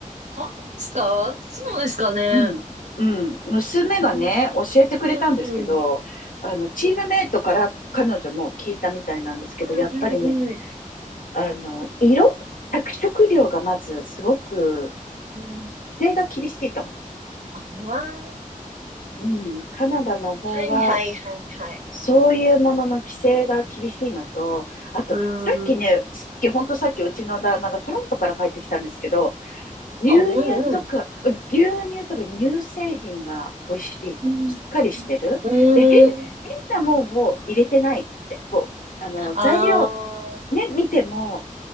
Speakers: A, on the right; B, on the left.
A: 本当ですかそうですかね。
B: うん、うん。娘がね、
A: うん。
B: 教えてくれたんですけど、
A: うん。うん。
B: あの、チームメイトから彼女も聞いたみたいなんですけど、
A: うんうんうん。
B: やっぱりね、あの、色着色料がまずすごく、
A: うん
B: 規制が厳しいと。
A: ああは
B: うん、カナダの方が、
A: いはいはいはい。
B: そういうものの規制が厳しいのと、あと、
A: うん。
B: さっきね、さっき、ほんとさっきうちの旦那がトロントから帰ってきたんですけど、牛乳とか、
A: あうんうん。
B: うん、牛乳とか乳製品が美味しいと。
A: うん。
B: しっかりしてる。
A: うん。
B: で、へ、変なもんを入れてないって。こう、あの、
A: ああ。
B: 材料ね、見ても、